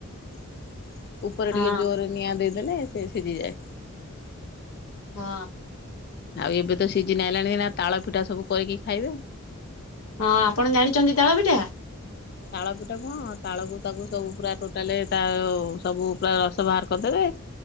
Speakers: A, on the left; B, on the left.
A: <inaudible> ଉପରେ
B: ହଁ
A: ଟିକେ ଜୋରେ ନିଆଁ ଦେଇଦେଲେ ସେ ସିଝିଯାଏ।
B: ହଁ।
A: ଆଉ ଏବେ ତ ସିଜିନ ଆଇଲାଣି ଏନା ତାଳ ପିଠା ସବୁ କରିକି ଖାଇବେ।
B: ହଁ ଆପଣ ଜାଣିଛନ୍ତି ତାଳ ପିଠା?
A: ତାଳ ପିଠା କୁହଁ ତାଳକୁ ତାକୁ ସବୁ ପୁରା ଟୋଟାଲି ତା ସବୁ ପୁରା ରସ ବାହାର କରିଦେବେ